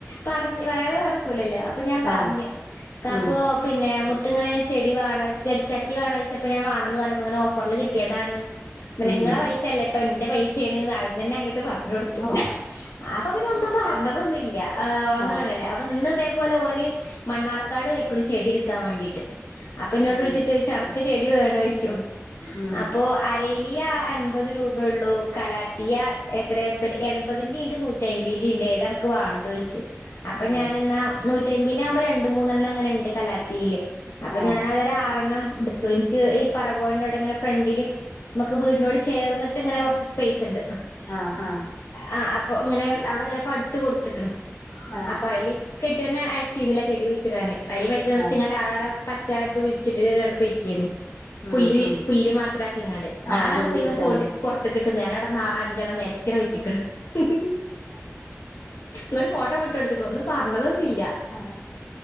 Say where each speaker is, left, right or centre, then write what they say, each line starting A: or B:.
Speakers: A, on the left; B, on the left.
A: പറഞ്ഞ അയാൾ <unintelligible> ക്കൂലല്ലോ അപ്പൊ ഞാൻ പറഞ്ഞു
B: ആഹ്
A: കാക്കുവോ
B: ഉം
A: പിന്നെ മു ട്ട് ഇങ്ങനെ ചെടി വാണ ച്ചട്ടി വേണോയിച്ചപ്പം ഞാവാണംന്ന് പറഞ്ഞപ്പം ഇങ്ങനെ ഓഫറിൽ കട്ടിയതാണ്
B: ഉം
A: നിങ്ങളെ പൈസ അല്ലട്ടോ എന്റെ പൈസ ചെയണ്ന്ന് ആദ്യം തന്നെ അങ്ങ ട്ട് പറഞ്ഞൊട്ത്തു.
B: ഉം
A: അപ്പം പിന്നെ ഒന്നും പർ തൊന്നില്ല ആ ഒന്ന്
B: ആഹ്
A: വേണല്ലേ അപ്പൊ ഇന്ന് ഇത പോലേ ഓന് മണ്ണാർക്കാട് പോയ്ക്ക്ണ് ചെടി ഇ ട്ക്കാൻ വേണ്ടിയിട്ട് ട്ട് അപ്പൊ എന്നോട്
B: അയിന്
A: <unintelligible> അനക്ക്
B: ഉം
A: ചെടി വേണോയ്ച്ചു
B: ഉം
A: അപ്പോ അരീ <unintelligible> അൻപത് രൂപേ ഉള്ളൂ കലാത്തിയ എത്ര പെ എൺപതിന്റെ നൂറ്റഅയ്മ്പീന്റെ ഇണ്ട് ഏതാ അൻക്ക് വാണ്ടോയ്ച്ചു അപ്പൊ
B: ആ
A: ഞൻ ഇന്നാ നൂറ്റി അയ്‌മ്പന്റെ ആകുമ്പോ രണ്ട് മൂന്നെണ്ണംങ്ങന ഉണ്ട് കലാത്തിയില് അപ്പൊ
B: ആ
A: ഞാനതൊരാ ആ എടുത്തു എനിക്ക് ഈ പറവോൾണ്ടടെങ്ങനെ ഫ്രണ്ടില് നമുക്ക് വീടിനോട് ചേർന്നിട്ട് ഇങ്ങനെ കുറച്ച്‌ സ്പെ സ്ണ്ട്
B: ആ ആ ആ
A: ആ അപ്പൊ ഇങ്ങനെ അവിടെങ്ങനെ പട്ത്തു കൊട്ത്ത്ക്ക്ണ്
B: ആ
A: അപ്പ അയിൽ കെ ക്കന്നെ അച്ചിരൂല ചെടി കുയിച്ചിടാന് അരി മേത് വെച്ങ്ങാട്
B: ആ
A: ആടം അച്ഛാതൂൻ ആൻഡ് പയിക്കാര്ന്നു
B: ഉം
A: പുല്ല്
B: ഉം
A: പുല്ല് മാത്രം ആക്കിങ്ങാണ്ടേ ഞാൻ
B: ആ പുള്ളിരിച്ചാണ്ട്
A: അത് മുയിവൻ തോണ്ടി പൊറത്ത്ക്ക് അഞ്ചണം നേരത്തിയാൻഡ് വെച്ച്ക് ന് ഹ് ഹ് നിട്ട് ഫോട്ടോ വിട്ട് വിട്ട് കൊടുത്തു കുണു ഒന്നും പറഞ്ഞെന്നും ഇല്ല
B: ആ